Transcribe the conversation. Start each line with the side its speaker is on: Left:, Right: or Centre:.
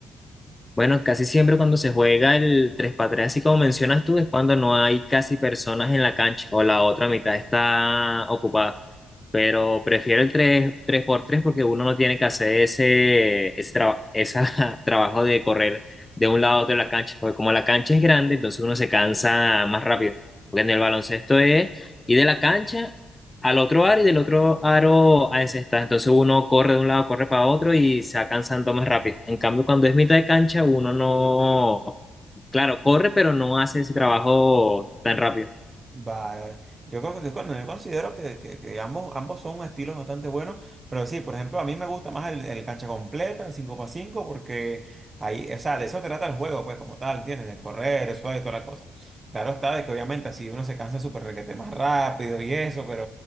Left: Bueno, casi siempre cuando se juega el tres x 3 así como mencionas tú, es cuando no hay casi personas en la cancha o la otra mitad está ocupada. Pero prefiero el tres tres por 3 porque uno no tiene que hacer ese, ese traba- esa <laughs> trabajo de correr de un lado a otro de la cancha. Porque como la cancha es grande, entonces uno se cansa más rápido. Porque en el baloncesto es ir de la cancha al otro aro y del otro aro a encestar. Entonces uno corre de un lado, corre para otro y se va cansando más rápido. En cambio, cuando es mitad de cancha, uno no, claro, corre, pero no hace ese trabajo tan rápido.
Right: Vale, vale. Yo, creo que- bueno, yo considero que, que- que ambos, ambos son estilos bastante buenos, pero sí, por ejemplo, a mí me gusta más el, el cancha completa, el cinco x cinco porque ahí, o sea, de eso trata el juego, pues como tal, ¿entiendes? De correr, el suave y toda la cosa. Claro está de que obviamente así uno se cansa súper requete más rápido y eso,